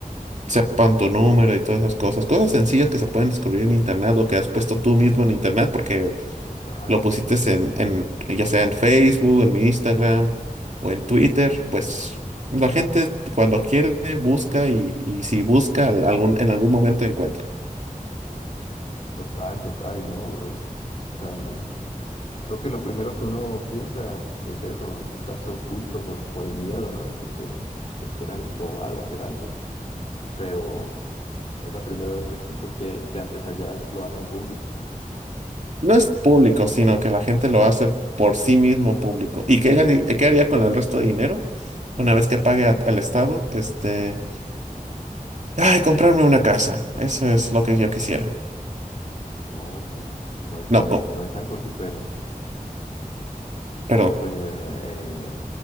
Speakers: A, on the right; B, on the left.
A: sepan tu número y todas esas cosas. Cosas sencillas que se pueden descubrir en internet o que has puesto tú mismo en internet, porque
B: total,
A: lo pusiste en, en, ya sea en Facebook, en mi Instagram o en Twitter, pues la gente cuando quiere busca y, y si busca al- algún, en algún momento encuentra.
B: total, total, no. O sea, no. Creo que lo primero que uno piensa es eso, estarse oculto por, por el miedo, ¿no? De que te, te quieran robar o hacer algo. Pero es la primera vez que escucho que, que antes allá lo hacen público.
A: No es público, sino que la gente lo hace por sí mismo público. ¿Y qué, haría- qué haría con el resto de dinero? Una vez que pague a- al Estado, este... Ay, comprarme una casa. Eso es lo que yo quisiera.
B: Oh, pues no es,
A: No,
B: no
A: co-
B: es, no es algo súper, súper,
A: perdón.
B: eh,